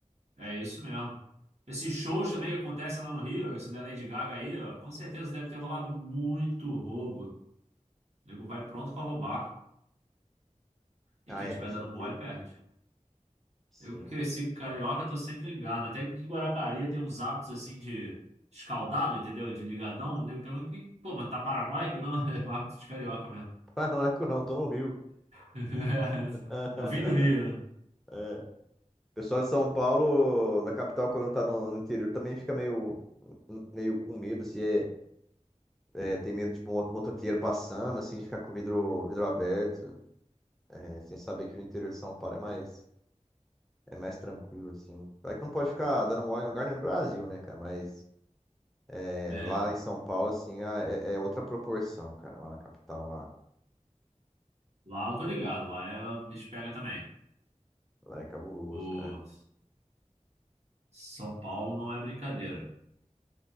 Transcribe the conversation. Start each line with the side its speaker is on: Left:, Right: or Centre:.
Right: é isso mesmo. Esses shows também que acontecem lá no Rio, esse da Lady Gaga aí, ó, com certeza deve ter rolado muito roubo. O nego vai pronto pra roubar.
Centre: Ah,
Right: E quem
Centre: é,
Right: tiver
Centre: com certeza.
Right: dando mole perde.
Centre: Sim.
Right: Eu que cresci com carioca, tô sempre ligado. Até que Guarapari tem uns hábitos assim de escaldado, entendeu? De ligadão. O nego pergunta, "Que- pô, mas tá paranoico? Não, <laughs> é um hábito de carioca mesmo.
Centre: <laughs> Paranaco não, tô no Rio.
Right: <laughs>
Centre: <laughs>
Right: Eu vim do Rio,
Centre: É. O pessoal de São Paulo, da capital, quando tá no, no interior, também fica meio, meio com medo, se é, é, tem medo de mo- motoqueiro passando, assim, de ficar com o vidro, vidro aberto. né, sem saber que o interior de São Paulo é mais, é mais tranquilo, assim. Claro que não pode ficar dando mole em lugar nenhum no Brasil, né, cara? Mas é,
Right: né?
Centre: lá
Right: É,
Centre: em São Paulo, assim, a- é, é outra proporção, cara, lá na capital, lá.
Right: lá eu tô ligado, lá é o bicho pega também.
Centre: Lá é cabuloso,
Right: O
Centre: cara.
Right: São Paulo não é brincadeira.